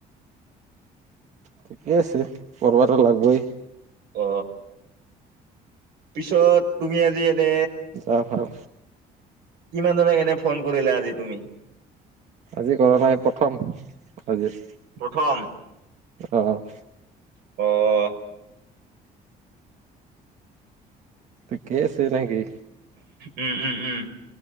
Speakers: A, on the right (about 45°); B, on the right (about 80°).
A: ঠিকে আছে পঢ়বা ত লাগবই
B: অ পিছত তুমি আজি এনে
A: অ হয়
B: কিমান জনক এনে ফ'ন কৰিলা আজি তুমি?
A: আজি ঘৰৰ পৰা এ প্ৰথম আজি।
B: প্ৰথম।
A: অ'
B: অ'
A: ঠিকে আছে নে কি?
B: উম, উম, উম।